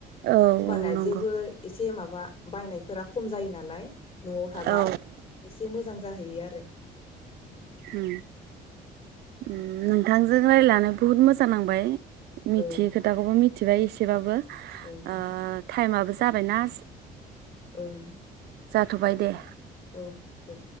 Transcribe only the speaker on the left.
होमबाना
जेबो एसे ए माबा बायनाय फोरा खम जायो नालाय न'आव थाबा
इसे मोजां जाहैयो आरो।
औ
ओं
ओं
औ दे